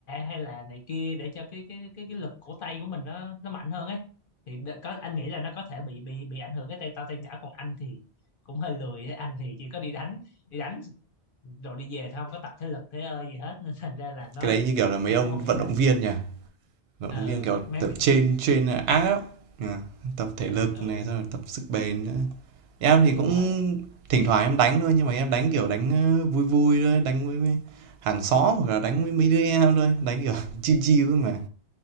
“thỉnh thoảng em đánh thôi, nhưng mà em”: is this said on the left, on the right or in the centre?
Right